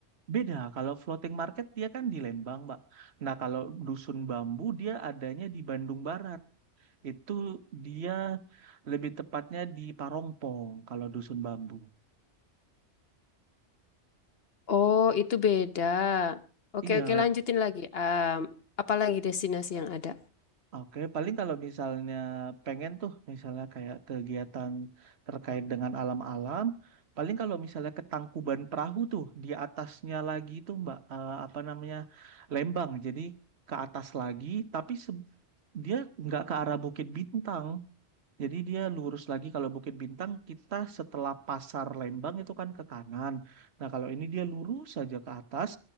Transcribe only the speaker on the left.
Oh, itu beda. Oke,
oke, lanjutin lagi. Em, apalagi destinasi yang ada?